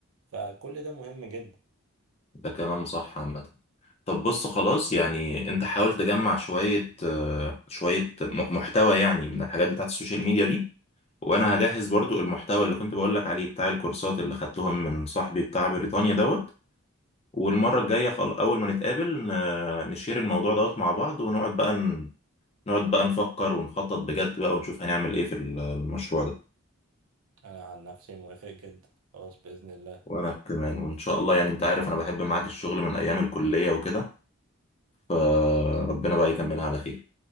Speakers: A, on the right; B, on the left.
A: فكل ده مهم جدا
B: ده كلام صح عامه طب بص خلاص يعني انت حاول تجمع شويه آه، شويه م- محتوى يعني من الحاجات بتاعت السوشيال ميديا دي وانا هجهز برضو المحتوى اللي كنت بقولك عليه بتاع الكورسات اللي خدتهم من صاحبي بتاع بريطانيا دوت والمرة الجاية خل... اول ما نتقابل ن... نشير الموضوع دوت مع بعض ونقعد بقى ن... نقعد بقى نفكر ونخطط بجد بقى ونشوف هنعمل ايه في ال- المشروع ده
A: انا عن نفسي موافق جدا خلاص باذن الله
B: وانا كمان وان شاء الله يعني انت عارف انا بحب معاك الشغل من ايام الكلية وكده فربنا بقى يكملها على خير